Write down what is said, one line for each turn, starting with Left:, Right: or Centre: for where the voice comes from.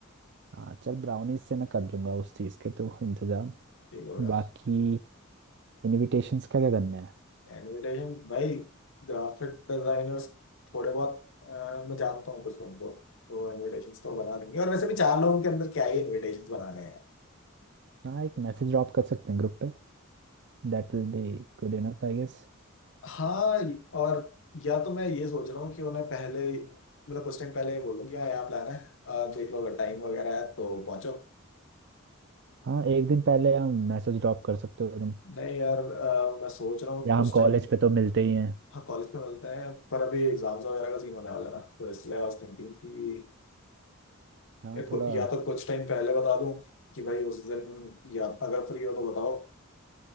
Right: हाँ चल ब्राउनीज से मैं कर लूंगा उस चीज़ के तो इंतजाम
Left: ठीक हो गया
Right: बाकी इनविटेशंस का क्या करना है
Left: इनविटेशन भाई ग्राफिक डिजाइनर्स थोड़े बहुत अह, मैं जानता हूँ कुछ उनको तो इनविटेशंस तो बना देंगे और वैसे भी चार लोगों के अंदर क्या ही इनविटेशंस बनाने हैं
Right: हाँ एक मैसेज ड्रॉप कर सकते हैं ग्रुप पे That will be good enough I guess
Left: हाँ और या तो मैं ये सोच रहा हूँ कि उन्हें पहले मतलब कुछ टाइम पहले ही बोल दूँ कि हाँ यहाँ प्लान है आ, देख लो अगर टाइम वगैरह है तो पहुंचो
Right: हाँ एक दिन पहले हम मैसेज ड्रॉप कर सकते हो तुम
Left: नहीं यार आ, मैं सोच रहा हूँ
Right: या
Left: कुछ
Right: हम
Left: टाइम
Right: कॉलेज पे तो मिलते ही हैं
Left: हाँ कॉलेज में मिलते हैं पर अभी एग्जाम्स वगैरह का सीन होने वाला है ना तो इसलिए आई वाज थिंकिंग कि
Right: हाँ
Left: या, कु-
Right: थोड़ा
Left: या तो कुछ टाइम पहले बता दूँ कि भाई उस दिन या अगर फ्री हो तो बताओ